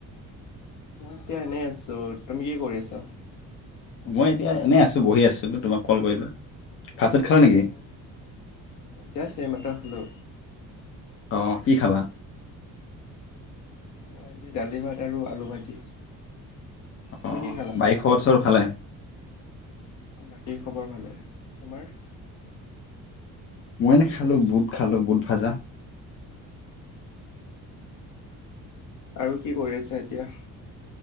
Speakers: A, on the left; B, on the left.
A: মই এতিয়া এনেই আছো। তুমি কি কৰি আছা?
B: মই এতিয়া এনেই আছো বহি আছিলোঁ তোমাক কল কৰিলোঁ। ভাত চাত খালা নেকি?
A: অ জাছ্ত এইমাত্ৰ হেল্ল'
B: অ কি খালা?
A: মই আজি দালি ভাত আৰু আলু ভাজি। তুমি
B: অ'
A: কি খালা?
B: বাই খবৰ চবৰ ভালে?
A: বাকীৰ খবৰ ভালে? তোমাৰ
B: মই নেখালো বুট খালো, বুট ভাজা।
A: আৰু কি কৰি আছা এতিয়া